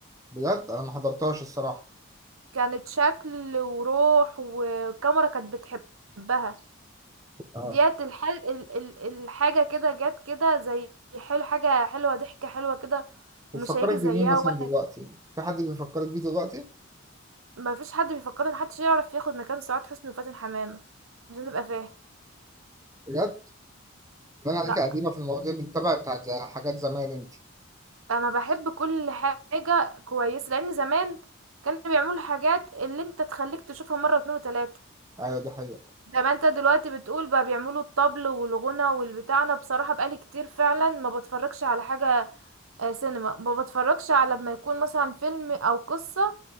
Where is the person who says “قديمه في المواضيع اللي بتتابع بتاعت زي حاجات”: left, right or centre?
Right